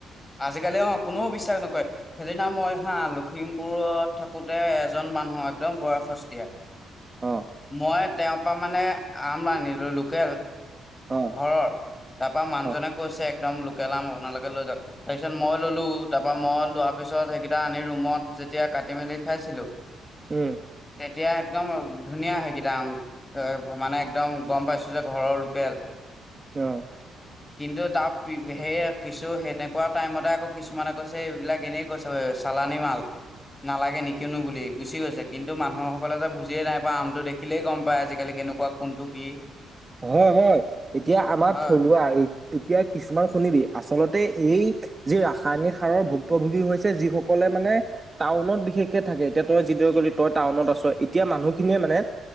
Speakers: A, on the left; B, on the right.
A: আজিকালি অ কোনেও বিশ্বাস নকৰে সেইদিনা মই হা লখিমপুৰত থাকোতে এজন। মানুহ একদম বয়সস্থীয়া।
B: অ
A: মই তেওঁৰ পৰা মানে আম আনিলোঁ লোকেল।
B: অ
A: ঘৰত তাৰপা মানুহজনে
B: হয়
A: কৈছে একদম লোকেল আম আপোনালোকে লৈ যাওঁক, তাৰপিছত মই ললো তাৰ পৰা মই লোৱাৰ পিছত সেইকেইটা আনি ৰুমত। যেতিয়া কাটি মেলি খাইছিলো?
B: উম
A: এতিয়া একদম ধুনীয়া সেইকেইটা আম মানে একদম গম পাইছো যে ঘৰৰ লোকেল।
B: আহ
A: কিন্তু তাত সেইয়ে কিছু সেই তেনেকুৱা টাইমতে আকৌ কিছুমানে কৈছে এইবিলাক এনেই কৈছে। চালানি মাল। নালাগে নিকিনো বুলি গুচি গৈছে কিন্তু মানুহসকলে যে বুজিয়ে নাই পায় আমটো দেখিলেই গম পায় আজিকালি? কেনেকুৱা কোনটো কি।
B: হয় হয় এতিয়া আমাৰ
A: হয়
B: থলুৱা এতিয়া কিছুমান শুনিবি আচলত- তে এই যি ৰাসায়নিক সাৰৰ ভুক্তভোগী হৈছে যিসকলে মানে টাউনত বিশেষকে থাক- কে এতিয়া তই যিদৰে গলি তই টাউনত আছ এতিয়া মানুহখিনিয়ে মানে।